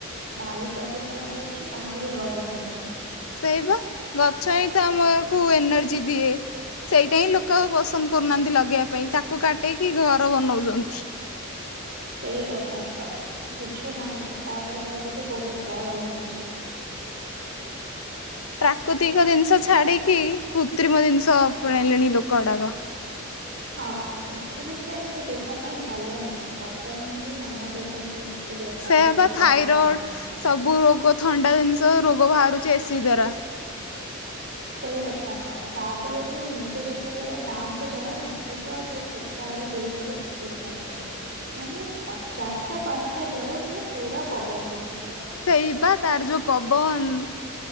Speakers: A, on the right; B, on the left.
A: ବାୟୁ ପ୍ରଦୂଷଣ ହଉଛି, ଆହୁରି ଗରମ ହଉଛି।
B: ସେଇ ପା ଗଛ ହିଁ ତ ଆମକୁ ଏନର୍ଜି ଦିଏ ସେଇଟା ହିଁ ଲୋକ ପସନ୍ଦ କରୁନାହାନ୍ତି ଲଗେଇବା ପାଇଁ ତାକୁ କାଟିକି ଘର ବନଉଛନ୍ତି।
A: ସେଇ କଥା ହିଁ ତ ବୁଝୁନାହାନ୍ତି ତାପରେ କହିବେ କି ବହୁତ ଗରମ ହଉଛି।
B: ପ୍ରାକୃତିକ ଜିନିଷ ଛାଡିକି କୃତ୍ରିମ ଜିନିଷ ଆପଣେଇଲେଣି ଲୋକ ଗୁଡାକ।
A: ହଁ ଏସି ବି ତ ଏତେ ଦେହ ପାଇଁ ଭଲ ନୁହେଁ ଏଟା। ମାନେ ବି ମନା କରୁଛନ୍ତି ଏସି ବ୍ୟବହାର
B: ସେୟା
A: ବେଶୀ
B: ପା ଥାଇରଏଡ
A: କରିବନି।
B: ସବୁ ରୋଗ ଥଣ୍ଡା ଜିନିଷ ରୋଗ ବାହାରୁଛି ଏସିି ଦ୍ଵାରା।
A: ସେଇକଥା ତ ତାପରେ ବି ମୁଁ ବି ଯେତେବେଳେ ଗାଁକୁ ଯାଏ ମତେ ତ ସେଇ କ୍ଷେତ ଆଡେ ବୁଲିବାକୁ ବହୁତ ଭଲ ଲାଗେ। ମାନେ ଚାରିଟା ପାଞ୍ଚଟା ବେଳକୁ ଠୁ ପୁରା ପବନ ପିଟୁଥିବ।
B: ସେଇ ବା ତାର ଯୋଉ ପବନ